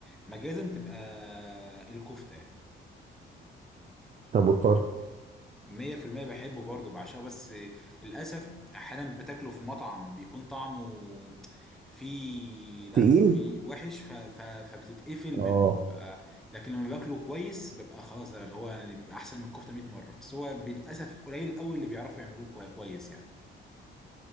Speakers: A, in the centre; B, on the right (about 40°).
A: مجازا تبقى الكفته يعني.
B: طب والطرب
A: مية في المية بحبه برضه بعشقه بس للأسف أحيانا بتاكله في مطعم بيكون طعمه فيه لأ
B: تقيل
A: فيه وحش ف... ف... فبتتقفل
B: اه
A: منه ف... لكن لما باكله كويس ببقى خلاص ده اللي هو يعني بيبقى أحسن من الكفتة 100 مرة بس هو للأسف قليل أوي اللي بيعرفوا يعملوه كوي- كويس يعني